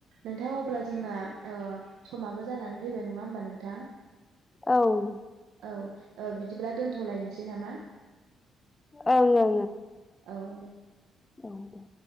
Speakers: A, on the right; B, on the left.
A: नोंथां अब्ला जोंना समाबो जानानै फैबाय नङा होमबा नोंथां
B: औ
A: औ बिदिब्ला दोनथ'लायनोसै नामा
B: औ औ
A: औ दे
B: औ दे